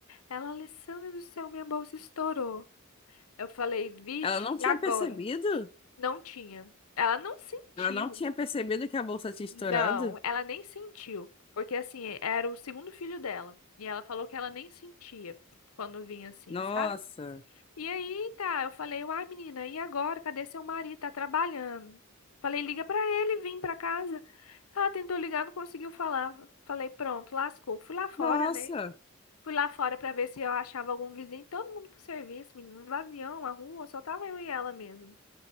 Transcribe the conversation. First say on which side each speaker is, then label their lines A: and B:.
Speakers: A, on the left; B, on the left.
A: ela, Alessandra do céu, minha bolsa estourou. Eu falei, vixe,
B: Ela não
A: e
B: tinha
A: agora?
B: percebido?
A: Não tinha. Ela não sentiu.
B: Ela não tinha percebido que a bolsa tinha estourado?
A: Não, ela nem sentiu. Porque assim, era o segundo filho dela. E ela falou que ela nem sentia quando vinha assim,
B: Nossa.
A: sabe? E aí, tá, eu falei, uai, menina, e agora? Cadê seu marido? Tá trabalhando. Falei, liga pra ele, vim pra casa. Ela tentou ligar, não conseguiu falar. Falei, pronto, lascou. Fui lá fora,
B: Nossa.
A: né? Fui lá fora pra ver se eu achava algum vizinho, todo mundo pro serviço, menino, um vazião, a rua, só tava eu e ela mesmo.